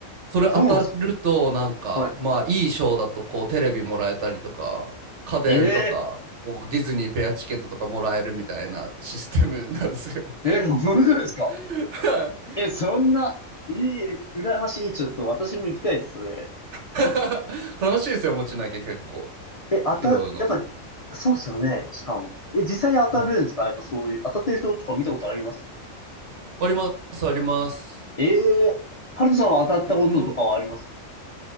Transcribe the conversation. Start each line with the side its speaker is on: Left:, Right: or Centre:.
Right: それ当たるとなんか、
Left: そうなんですかはい。
Right: まあいい賞だとこう、テレビもらえたりとか、家電とか、
Left: ええ
Right: こうディズニーペアチケットとかもらえるみたいなシステムなんですよ。
Left: ーえ、本当ですか
Right: <laughs>
Left: え、そんな、いい、羨ましい。ちょっと私も行きたいです、それ。
Right: <laughs> 楽しいですよ、持ち投げ結構。
Left: え、当た、
Right: 拾うの。
Left: やっぱ、そうっすよね、しかも。え、実際に当たるんですかやっぱそういう、
Right: はい。
Left: 当たってる人とか見たことあります
Right: あります、あります。
Left: ええーハルトさんは当たったこととかはあります
Right: 僕も